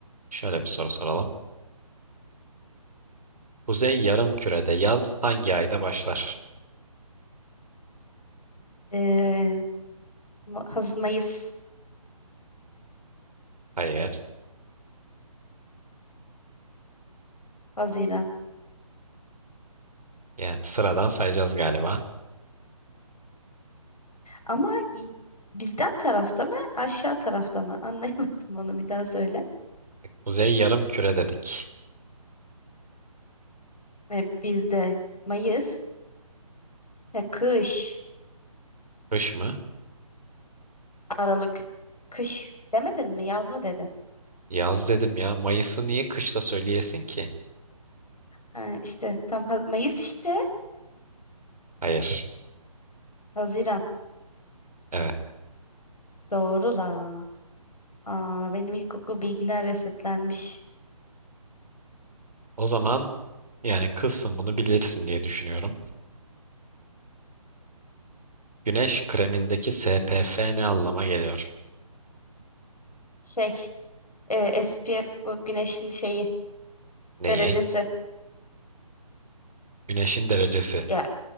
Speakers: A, on the right (about 80°); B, on the left (about 85°).
A: şöyle bir soru soralım. Kuzey Yarımküre'de yaz hangi ayda başlar?
B: Ee, Ma- Haz Mayıs,
A: Hayır.
B: Haziran.
A: Yani sıradan sayacağız galiba.
B: Ama y- bizden tarafta mı, aşağı tarafta mı? <laughs> Anlayamadım onu bir daha söyle.
A: Kuzey Yarımküre dedik.
B: Ee, bizde Mayıs ve kış,
A: Kış mı?
B: Aralık, kış demedin mi? Yaz mı dedin?
A: Yaz dedim ya. Mayıs'ı niye kışta söyleyesin ki?
B: Ha, işte tam Ha- Mayıs işte
A: Hayır.
B: Haziran.
A: Evet.
B: Doğru la. Aa, benim ilkokul bilgiler resetlenmiş.
A: O zaman yani kızsın bunu bilirsin diye düşünüyorum. Güneş kremindeki SPF ne anlama geliyor?
B: Şey, e, SPF bu güneşin şeyi
A: Neyi?
B: derecesi.
A: Güneşin derecesi.
B: Ya